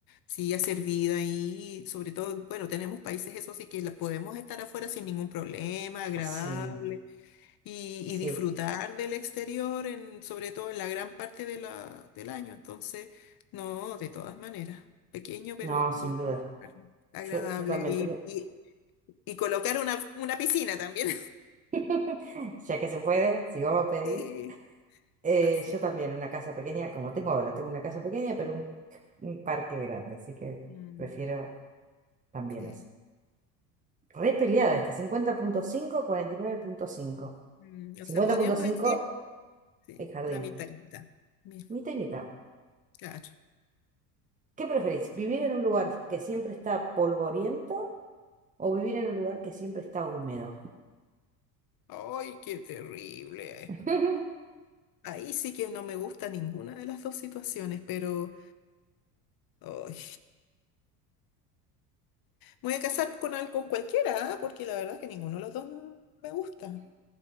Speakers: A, on the left; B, on the right.
A: sí hacer vida ahí, sobre todo, bueno, tenemos países eso sí que la, podemos estar afuera sin ningún problema, agradable,
B: sí,
A: y,
B: sí.
A: y disfrutar del exterior, en, sobre todo en la gran parte de la, del año, entonces, no, de todas maneras, pequeño pero
B: No, sin
A: con
B: duda.
A: jardín agradable,
B: Yo, yo también
A: y,
B: tengo,
A: y, y colocar una, una piscina también,
B: <laughs> ya que se puede, si vamos a pedir,
A: <laughs> sí,
B: eh,
A: así,
B: yo también una casa pequeña, como tengo ahora, tengo una casa pequeña, pero un, un parque grande, así que
A: mm,
B: prefiero también
A: sí.
B: eso. Re peleada esta, Cincuenta punto cinco cuarenta y nueve punto cinco.
A: Mm,
B: cincuenta
A: O sea, podríamos
B: punto cinco
A: decir... Sí,
B: el jardín,
A: la mitad y mitad. Mira,
B: mitad y mitad.
A: claro.
B: ¿Qué preferís? ¿Vivir en un lugar que siempre está polvoriento o vivir en un lugar que siempre está húmedo?
A: ¡Ay, qué terrible!
B: <laughs>
A: Ahí sí que no me gusta ninguna de las dos situaciones, pero ay, me voy a casar con, al- con cualquiera, ¿ah? Porque la verdad que ninguno de los dos me gusta.